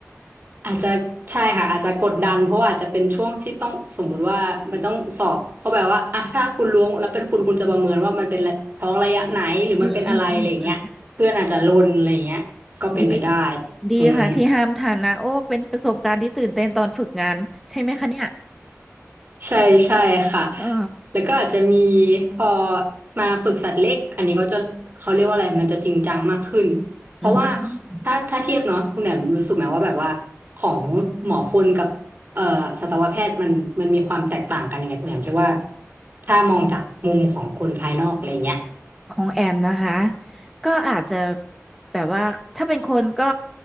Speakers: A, on the right; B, in the centre.
A: อาจจะใช่ค่ะอาจจะกดดันเพราะว่าอาจจะเป็นช่วงที่ต้องสมมุติว่ามันต้องสอบเขาแบบว่าอ่ะถ้าคุณล้วงแล้วเป็นคุณคุณจะประเมินว่ามันเป็นท้องระยะไหนหรือมันเป็นอะไรอะไรอย่างเงี้ยเพื่อนอาจจะลนอะไรอย่างเงี้ยก็เป็นไปได้
B: อืมอืมอืมอืม ดีดีค่ะที่ห้ามทานนะโอ้เป็นประสบการณ์ที่ตื่นเต้นตอนฝึกงานใช่ไหมคะเนี่ย
A: อืม ใช่ใช่ค่ะ
B: อ๋อ
A: แล้วก็อาจจะมีพอมาฝึกสัตว์เล็กอันนี้เขาจะเขาเรียกว่าอะไรมันจะจริงจังมากขึ้น เพราะว่า
B: อืม
A: ถ้าถ้าเทียบเนาะคุณแหนมรู้สึกไหมว่าแบบว่าของหมอคนกับเอ่อสัตวแพทย์มันมันมีความแตกต่างกันยังไงคุณแหนมคิดว่าถ้ามองจากมุมของคนภายนอกอะไรเงี้ย
B: ของแอมนะคะก็อาจจะแบบว่าถ้าเป็นคนก็